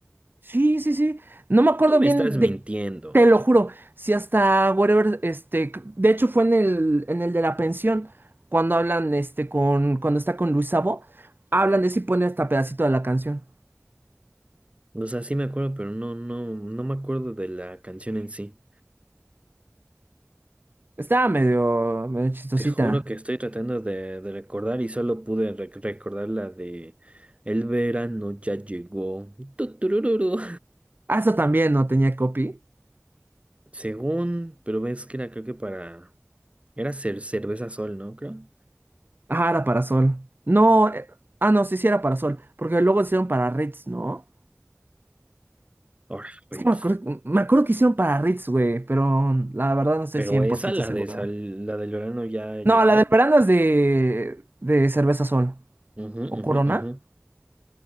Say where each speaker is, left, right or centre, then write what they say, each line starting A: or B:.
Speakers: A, on the right; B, on the right.
A: Sí, sí, sí. No me acuerdo
B: Tú me
A: bien
B: estás mintiendo.
A: de, te lo juro, si hasta Wherever, este, de hecho fue en el, en el de la pensión, cuando hablan, este, con, cuando está con Luis Sabo, hablan de eso y ponen hasta pedacito de la canción.
B: O sea, sí me acuerdo, pero no, no, no me acuerdo de la canción en sí.
A: Estaba medio, medio chistosita.
B: Te juro que estoy tratando de, de recordar y solo pude re- recordar la de El verano ya llegó. Tuturururu.
A: Ah, eso también no tenía copy.
B: Según, pero ves que era creo que para... Era cer- cerveza sol, ¿no? Creo.
A: Ah, era para Sol. No, eh, ah, no, sí, sí era para Sol. Porque luego hicieron para Ritz, ¿no?
B: Ahora, Ritz.
A: Es que me acuerdo, me acuerdo que hicieron para Ritz, güey, pero la verdad no estoy
B: Pero
A: cien
B: esa,
A: por ciento
B: la
A: seguro.
B: de sal, la del verano ya
A: No,
B: llegó.
A: la del
B: ¿no?
A: verano es de, de Cerveza Sol
B: Ujú,
A: o
B: ujú,
A: Corona.
B: ujú.